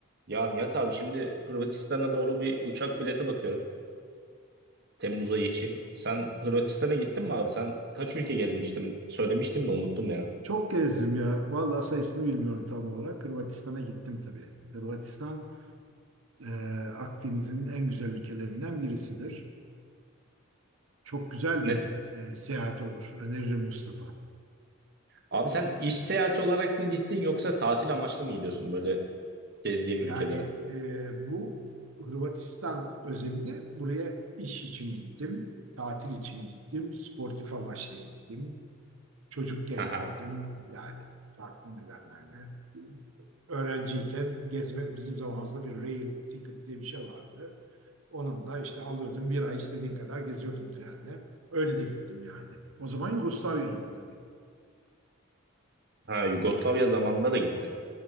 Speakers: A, on the right; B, on the right.
A: Ya Nihat abi şimdi Hırvatistan'a doğru bir uçak bileti bakıyorum. Temmuz ayı için. Sen Hırvatistan'a gittin mi abi? Sen kaç ülke gezmiştin? Söylemiştin de unuttum ya.
B: Çok gezdim ya. Vallahi sayısını bilmiyorum tam olarak. Hırvatistan'a gittim tabii. Hırvatistan e, Akdeniz'in en güzel ülkelerinden birisidir. Çok güzel
A: Net.
B: bir e, seyahat olur. Öneririm Mustafa.
A: Abi sen iş seyahati olarak mı gittin yoksa tatil amaçlı mı gidiyorsun böyle gezdiğin
B: Yani
A: ülkelere?
B: e, bu Hırvatistan özelinde buraya iş için gittim, tatil için gittim, sportif amaçla gittim. Çocukken
A: Aha.
B: gittim yani farklı nedenlerle. Öğrenciyken gezme bizim zamanımızda bir rail ticket diye bir şey vardı. Onun da işte alıyordum bir ay istediğin kadar geziyordum trenle. Öyle de gittim yani. O zaman Yugoslavya'ydı tabii.
A: Ha Yugoslavya zamanında da gittin.